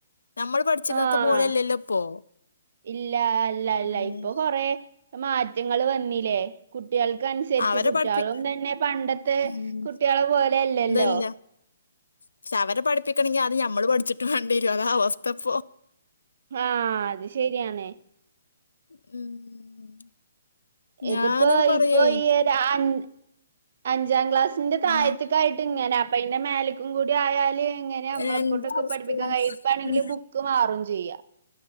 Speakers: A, on the left; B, on the right.
A: നമ്മള് പഠിച്ചിരുന്നത്തെ
B: ആഹ്
A: പോലെല്ലല്ലോ ഇപ്പോ
B: ഇല്ല അല്ല അല്ല.
A: ഉം
B: ഇപ്പൊ കൊറേ മാറ്റങ്ങള് വന്നി ലേ കുട്ടിയാൾക്കൻസർച്ച്
A: അവരെ
B: കുട്ടിയാളും
A: പഠിപ്പി
B: തന്നെ പണ്ടത്തെ
A: ഉം
B: കുട്ടിയാളെ പോൽ ലെ അല്ലല്ലോ
A: ഇതല്ല പക്ഷെ അവരെ പഠിപ്പിക്കണമെങ്കിൽ ആദ്യം നമ്മൾ പഠിച്ചിട്ട് വേണ്ടിയരും അതാ അവസ്ഥപ്പോ
B: ആഹ് അത് ശെരിയാണ്
A: ഉം
B: ഇത്പ്പോ
A: ഞാനൊക്കെ പറയേ
B: ഇപ്പൊ ഈ എ ര അൻ അഞ്ചാം ക്ലാസിന്റെ താഴത്ത്ക്കായിട്ട്
A: ആഹ്
B: ഇങ്ങനെ അ പ്പൊ അയ്ന്റ മേലക്കും കൂടി ആയാൽ എങ്ങനെ നമ്മളെ
A: എന്താ
B: കൊണ്ടൊക്കെ
A: അവസ്ഥ
B: പഠിപ്പിക്കാൻ കഴിയ ഇപ്പാണെങ്കില് ബുക്ക് മാറും ചെയ്യ